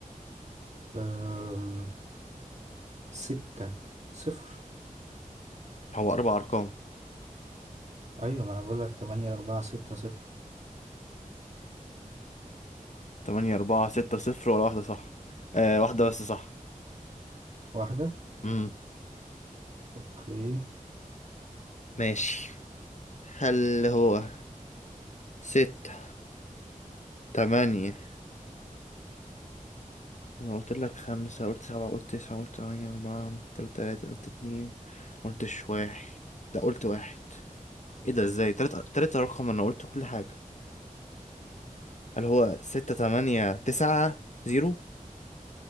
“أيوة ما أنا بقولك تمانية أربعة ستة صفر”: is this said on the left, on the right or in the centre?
Right